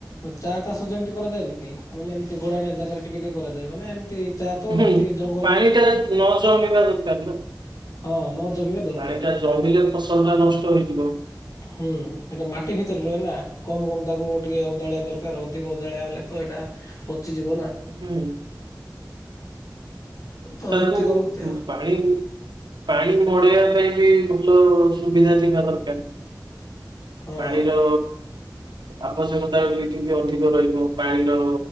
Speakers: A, on the left; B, on the right.
A: ଚା ଚାଷ ଯେମିତି କରାଯାଏନିକି ମାନେ ଏମିତି ଗୋଡାଣିଆ ଜାଗାରେ ଟିକେ ଟିକେ କରାଯାଏ। ମାନେ ଏମିତି ଚା ତ ଏମିତି
B: ହୁଁ
A: ଜଙ୍ଗଲ
B: ପାଣି ଟା ନ ଜମିବା ଦରକାର ନା।
A: ହଁ ନ ଜମିବା ଦରକାର
B: ପାଣି ଟା ଜମିଲେ ଫସଲ ଟା ନଷ୍ଟ ହେଇଯିବ।
A: ହୁଁ ସେଇଟା ମାଟି ଭିତରେ ରୁହେ ନା କମ କମ ତାକୁ ଟିକେ ଓଦାଳିଆ ଦରକାର ଅଧିକ ଦାଳିଆ ହେଲେ ତ ଏଟା ପଚିଯିବ ନା।
B: ହୁଁ
A: ତ
B: ତାର
A: ଏମିତି
B: ଜଉ
A: କରନ୍ତି ଆଉ
B: ପାଣି ପାଣି ପଡିବା ପାଇଁ ବି ଭଲ ସୁବିଧା ଥିବା ଦରକାର।
A: ହଁ।
B: ପାଣିର ଆବଶ୍ୟକତା ବି ଟିକେ ଅଧିକ ରହିବ ପାଣିର